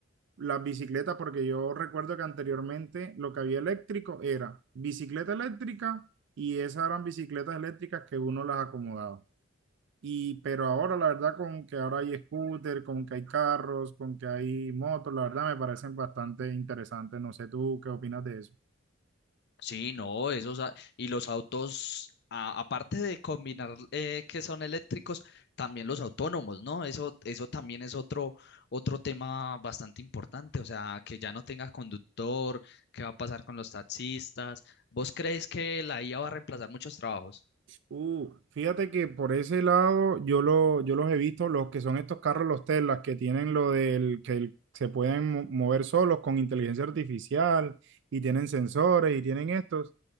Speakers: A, on the right; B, on the left.
A: las bicicletas, porque yo recuerdo que anteriormente lo que había eléctrico era bicicleta eléctrica y esas eran bicicletas eléctricas que uno las acomodaba. Y, pero ahora la verdad con que ahora hay scooter, con que hay carros, con que hay motos, la verdad me parecen bastante interesantes. No sé tú qué opinas de eso.
B: Sí, no, esos a- y los autos, a- aparte de combinar eh, que son eléctricos, también los autónomos, ¿no? Eso, eso también es otro, otro tema bastante importante, o sea, que ya no tenga conductor, qué va a pasar con los taxistas. ¿Vos crees que la IA va a reemplazar muchos trabajos?
A: Uh, fíjate que por ese lado yo, lo, yo los he visto, los que son estos carros, los Teslas, que tienen lo del que el- se pueden mo- mover solos con inteligencia artificial y tienen sensores y tienen estos.